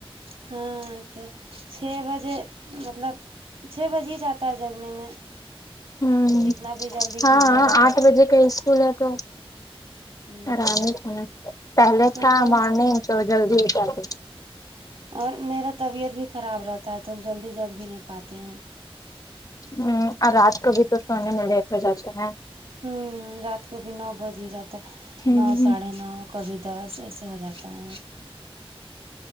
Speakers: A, on the right; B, on the left.
A: ہاں تو چھ بجے مطلب چھ بجے ہی جات تا جگنے میں
B: ہوں
A: کتنا بھی جلدی
B: ہاں
A: کیجیے
B: ہاں
A: گا تو
B: آٹھ بجے کا اسکول ہے تو
A: ہوں
B: آرام پہلے
A: ہاں
B: تھا مارننگ تو جلدی نکلتے
A: اور میرا طبیعت بھی خراب رہتا ہے تو ہم جلدی جگ بھی نہیں پاتے ہیں
B: ہوں اور رات کو بھی تو سونے میں لیٹ ہو جاتے ہے
A: ہوں رات کو بھی نو بج ہی جاتا ہے
B: ہوں
A: نو ساڑھے نو کبھی دس ایسے ہو جاتا ہیں